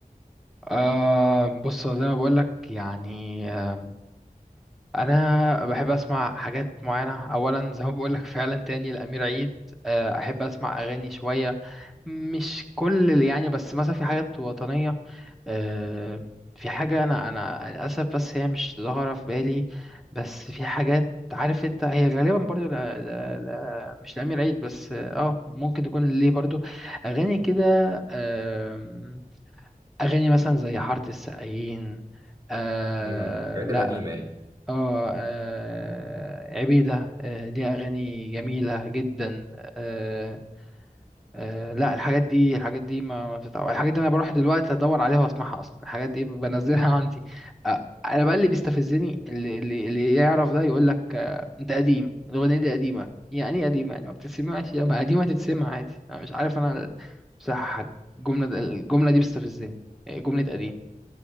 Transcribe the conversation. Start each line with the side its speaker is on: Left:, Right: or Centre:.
Centre: آه، بص زي ما بقول لك يعني آه، انا بحب اسمع حاجات معينه اولا زي ما بقول لك <laughs> فعلا تاني الامير عيد آه، احب اسمع اغاني شويه مش كل اللي يعني بس مثلا في حاجات وطنيه آه، في حاجه انا انا للاسف بس هي مش ظاهره في بالي بس في حاجات عارف انت هي غالبا برضو لا لا لا مش الامير عيد بس اه ممكن تكون ليه برضو اغاني كده آم، اغاني مثلا زي حاره السقايين آه
Right: امم الحاجات
Centre: لا
Right: القديمه يعني
Centre: اه آه، عبيدة آه، ليها أغاني جميلة جدا آه، آه، لا الحاجات دي الحاجات دي ما ما بتتعب الحاجات دي أنا بروح دلوقتي أدور عليها وأسمعها أصلا الحاجات دي بنزلها <laughs> عندي آه، أنا بقى اللي بيستفزني اللي, اللي, اللي يعرف ده يقول لك آه، أنت قديم الأغنية دي قديمة يعني إيه قديمة يعني ما بتتسمعش يا ما قديمة تتسمع عادي أنا مش عارف أنا بصراحة حاجة. الجملة ده- الجملة دي بتستفزني آه، جملة قديم